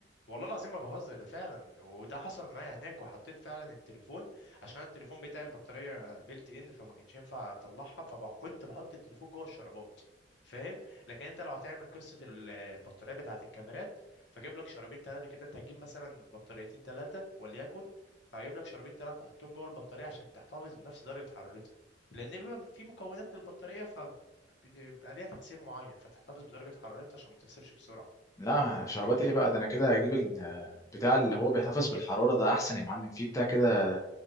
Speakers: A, on the left; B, on the left.
A: والله العظيم ما بهزر ده فعلا وده حصل معايا هناك وحطيت فعلا التليفون عشان التليفون بتاعي البطاريه بيلت ان فما كانش ينفع اطلعها فكنت بحط التليفون جوه الشرابات فاهم لكن انت لو هتعمل قصه ال- البطاريه بتاعه الكاميرات فجيب لك شرابين ثلاثه كده انت هتجيب مثلا بطاريتين ثلاثه وليكن فهجيب لك شرابين ثلاثه تحطهم جوه البطاريه عشان تحتفظ بنفس درجه حرارتها لان بيبقى في مكونات للبطاريه ف بيبقى ليها تأثير معين فتحتفظ بدرجة حرارتها عشان ما تفسرش بسرعة
B: لا شربات ايه بقى ده انا كده هجيب ال- بتاع اللي هو بيحتفظ بالحراره ده احسن يا معلم فيه بتاع كده